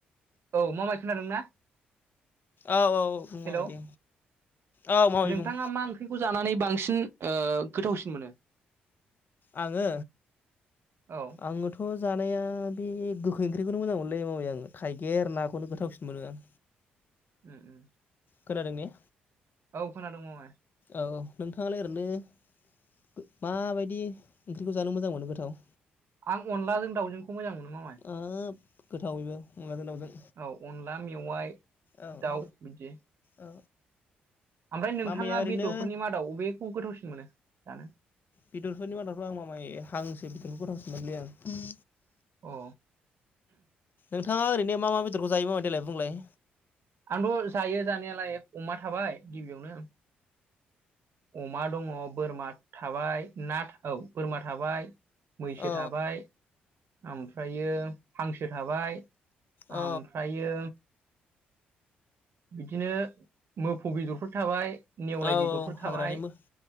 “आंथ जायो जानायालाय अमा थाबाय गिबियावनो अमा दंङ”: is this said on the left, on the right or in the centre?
Right